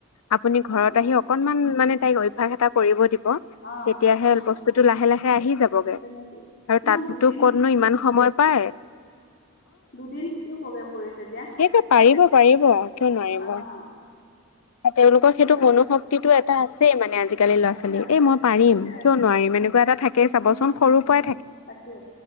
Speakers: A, on the left (about 80°); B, on the left (about 50°).
A: আপুনি ঘৰত
B: উম উম
A: আহি অকনমান মানে তাইক অভ্যাস এটা কৰিব দিব।
B: অ
A: তেতিয়াহে
B: উম
A: বস্তুতটো লাহে-লাহে আহি যাবগে।
B: তেনেকে
A: আৰু
B: তোমাৰ
A: তাততো
B: দুদিন
A: কতনো ইমান সময় পাই।
B: দুদিনতিও প্ৰগ্ৰেম কৰিছে। দিয়া।
A: সেইটো পাৰিব - পাৰিব কিয় নোৱাৰিব।
B: অ'
A: তেওলোকৰ সেইটো
B: আৰু
A: মনো শক্তিতটো এটা আছে মানে আজিকালি ল'ৰা
B: আছে
A: ছোৱালী
B: আছে
A: এই মই পাৰিম
B: আছে আছে
A: কিয় নোৱাৰিম এনেকুৱা এটা থাকে। থাকেই চাবচোন
B: উম - উম
A: সৰুৰ
B: -
A: পৰাই
B: উম, তাকে